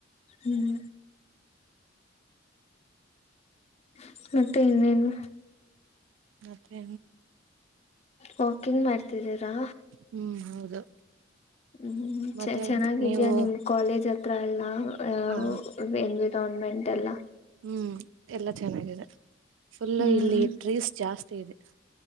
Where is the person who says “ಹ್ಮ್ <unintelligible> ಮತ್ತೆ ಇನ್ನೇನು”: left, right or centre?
Left